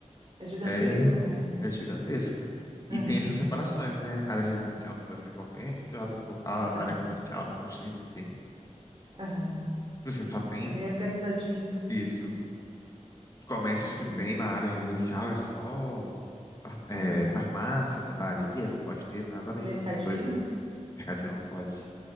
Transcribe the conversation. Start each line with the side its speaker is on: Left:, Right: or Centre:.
Right: É gigantesco,
Left: é.
Right: né?
Left: É gigantesca.
Right: Aham,
Left: E tem essas separações, né? Área residencial não pode ter comércio, as- a
Right: aham,
Left: área comercial não pode ter residência.
Right: aham.
Left: Tipo assim, só tem
Right: É bem organizadinho.
Left: isso. Os comércios que
Right: E,
Left: tem na área residencial é só far- é,
Right: aham.
Left: farmácia, padaria, não pode ter nada além
Right: Mercadinho?
Left: dessas coisas. Mercadinho não pode.